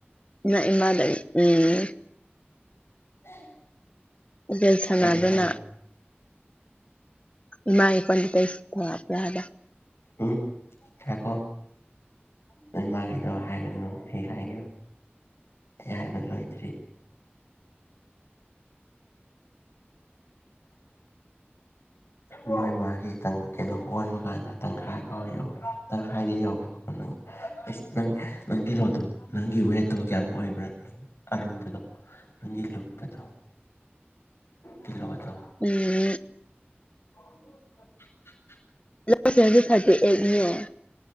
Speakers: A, on the left (about 30°); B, on the left (about 90°).
A: ꯅꯪ ꯏ ꯃꯥꯥꯗ ꯎꯝ
B: ꯎ <unintelligible>
A: ꯔꯤꯜꯁ ꯁꯥꯟꯅꯕ꯭ꯔ
B: ꯀꯔꯤ ꯍꯥꯏꯕ
A: ꯅꯪ ꯏꯝꯃꯒꯤ <unintelligible> ꯄꯗꯩ ꯏꯁ꯭ꯔꯗ <unintelligible>
B: ꯎꯝ ꯉꯥꯏꯈ‌ꯣ ꯅꯣꯏ ꯃꯥꯒꯤꯗꯣ ꯍꯥꯏꯒꯅꯨ ꯑꯩ ꯍꯥꯏꯒꯦ ꯑꯩ ꯍꯥꯏꯕ ꯂꯣꯏꯗ꯭ꯔꯤ ꯃꯣꯏ ꯃꯥꯒꯤ ꯇꯪ ꯀꯩꯅꯣ ꯑꯣꯟꯕ ꯀꯥꯟꯗ ꯇꯪꯈꯥꯏ ꯐꯥꯎꯕꯧ ꯇꯪꯈꯥꯏꯗꯤ ꯌꯧꯋꯤꯀꯣ ꯅꯪ ꯑꯁ ꯅꯪ ꯅꯪ ꯀꯤꯂꯣꯗꯣ ꯅꯪꯒꯤ ꯋꯦꯠꯇꯣ ꯀꯌꯥꯃꯨꯛ ꯑꯣꯏꯕ꯭ꯔꯥ ꯑꯔꯨꯝꯕꯗꯣ ꯅꯪꯒꯤ ꯂꯨꯝꯕꯗꯣ ꯀꯤꯜꯂꯣꯗꯣ
A: ꯎꯝ
B: <unintelligible>
A: ꯂꯣꯁ ꯑꯦꯁ <unintelligible> ꯊꯥꯔꯇꯤ ꯑꯩꯠꯅ‌ꯦ